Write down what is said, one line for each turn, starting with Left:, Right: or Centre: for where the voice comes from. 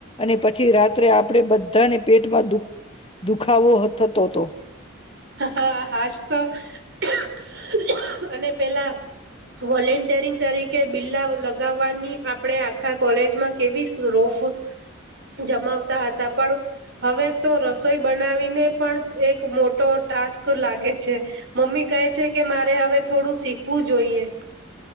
Left: અને પછી રાત્રે આપળે બધાને પેટમાં દુ દુખાવોહ થતો હતો.
Right: હા હાજ તો <unintelligible> અને પેલા, વોલેન્ટિરિંગ તરીકે બિલા લગાવાની આપળે આખા કોલેજમાં કેવી શુંરોફ જમાવતા હતા પણ હવે તો રસો રસોઈ બનાવીને પણ એક મોટો ટાસ્ક લાગે છે મમ્મી કહે છે કે મારે હવે થોડું શીખવું જોઈએ.